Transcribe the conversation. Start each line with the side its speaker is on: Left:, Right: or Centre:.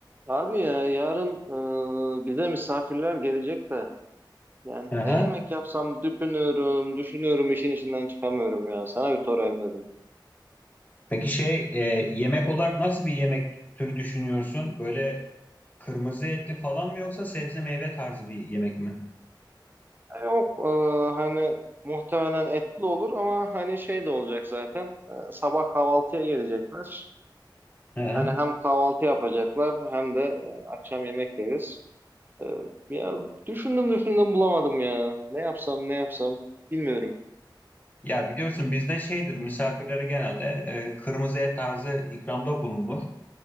Right: Abi ya yarın e, bize misafirler gelecek de yani
Left: Hı hı.
Right: ne yemek yapsam düşünüyorum düşünüyorum işin içinden çıkamıyorum ya sana bir sorayım dedim.
Left: Peki şey e, yemek olarak nasıl bir yemek türü düşünüyorsun? Böyle kırmızı etli falan mı yoksa sebze meyve tarzı bir yemek mi?
Right: E, Yok e, hani muhtemelen etli olur ama hani şey de olacak zaten e, sabah kahvaltıya gelecekler.
Left: Hı hı.
Right: Hani hem kahvaltı yapacaklar hem de e, akşam yemek yeriz. E, ya düşündüm düşündüm bulamadım ya ne yapsam ne yapsam bilmiyorum.
Left: Ya biliyorsun bizde şeydir misafirlere genelde e, kırmızı et tarzı ikramda bulunur.